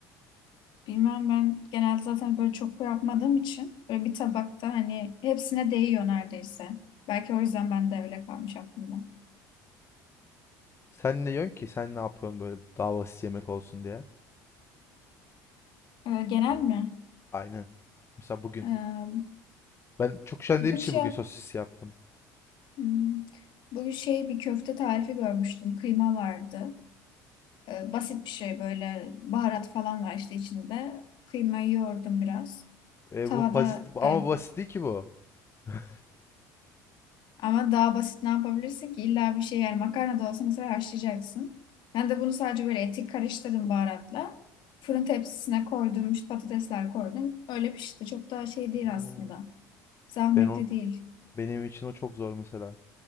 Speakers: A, on the left; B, on the left.
A: Bilmem ben genelde zaten böyle çok yapmadığım için böyle bir tabakta hani hepsine değiyor neredeyse. Belki o yüzden ben de öyle kalmış aklımda.
B: Sen ne yiyorsun ki? Sen ne yapıyorsun böyle daha basit yemek olsun diye?
A: Ee, genel mi?
B: Aynen. Mesela bugün.
A: Ee,
B: Ben çok üşendiğim
A: bugün
B: için
A: şey
B: bugün
A: yap
B: sosis yaptım.
A: hmm, bugün şey bir köfte tarifi görmüştüm. Kıyma vardı. Ee, basit bir şey böyle baharat falan var işte içinde. Kıymayı yoğurdum biraz.
B: E,
A: Tavada
B: bu basit ama
A: ay,
B: basit değil ki bu. <laughs>
A: Ama daha basit ne yapabilirsin ki? İlla bir şey yani makarna da olsa mesela haşlayacaksın. Ben de bunu sadece böyle eti karıştırdım baharatla. Fırın tepsisine koydum, işte patatesler koydum. Öyle pişti. Çok daha şey değil
B: Oo.
A: aslında. Zahmetli
B: Ben on,
A: değil.
B: benim için o çok zor mesela.